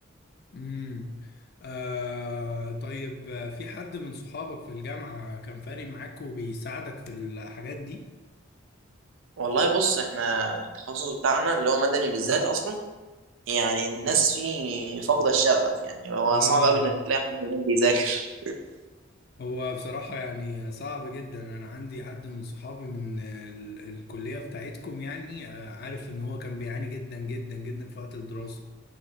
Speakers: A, on the left; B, on the right.
A: امم آه طيب آه، في حد من صحابك في الجامعه كان فارق معاك وبيساعدك في الحاجات دي
B: والله بص احنا التخصص بتاعنا اللي هو مدني بالذات اصلا يعني الناس فيه فاقده الشغف يعني هو
A: اه
B: صعب قوي انك تلاقي حد كمان بيذاكر
A: هو بصراحة يعني صعب جدا أنا عندي حد من صحابي من ال- الكلية بتاعتكم يعني آه، عارف إن هو كان بيعاني جدا جدا جدا في وقت الدراسة